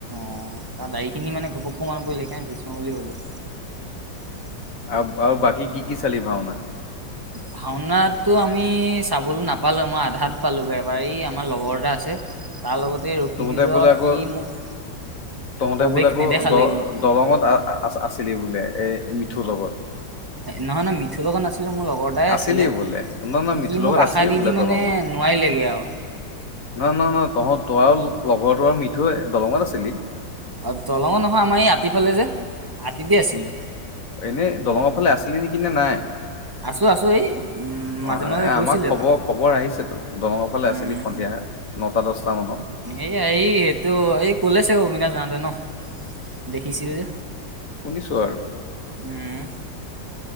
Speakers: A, on the right (about 20°); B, on the left (about 50°).
A: অ তাৰ দাড়ীখিনি মানে ঘপককো মাৰ পৰিল সেইকাৰণে ভীষ্মৰ বুলি গ'লো <unintelligible>
B: আৰু আৰু বাকী কি কি চালি ভাওনা <unintelligible>
A: ভাওনটো আমি চাবলৈ নাপালো মই আধাত পালোগে এবাৰ এই আমাৰ লগৰ এটা আছে তাৰ লগত <unintelligible> তে ৰখি
B: তহঁতে
A: দিলো
B: বোলে
A: আৰু
B: আকৌ
A: সি মোক
B: তহঁতে
A: প্ৰৱেশ
B: বোলে আকৌ
A: নেদেখালেই
B: দ
A: মোক
B: দৰঙত আছিলি বোলে এ মিঠুৰ লগত
A: নহয় নহয় মিঠুৰ লগত নাছিলো মোৰ লগৰটাই আছিলে
B: আছিলি বোলে ন ন মিঠুৰ
A: সি
B: লগত
A: মোক আশা
B: আছিলি
A: দি
B: বোলে
A: দি মানে
B: দলঙত
A: নোৱাৰিলেগে আৰু
B: নহয় নহয় নহয় তহঁত তই আৰু লগৰটো আৰু মিঠৈ দলঙত আছিলি <unintelligible>
A: অ দলঙত নহয় আমাৰ এই আতি ফালে যে আতিতে <unintelligible> আছিলো
B: এনেই দলঙৰ ফালে আছিলি নেকি নে নাই
A: আছো আছো এই উম
B: অ
A: মাজে মাজে
B: এ
A: গৈছিলে
B: আমাৰ খবৰ
A: এব
B: খবৰ আহিছেতো দলঙৰ ফালে
A: উম
B: আছিলি সন্ধিয়া নটা দছটা মানত
A: এই এই এইটো এই কলে চ অবিনাশ জন <unintelligible> ন দেখিছিল যে
B: শুনিছো আৰু
A: উম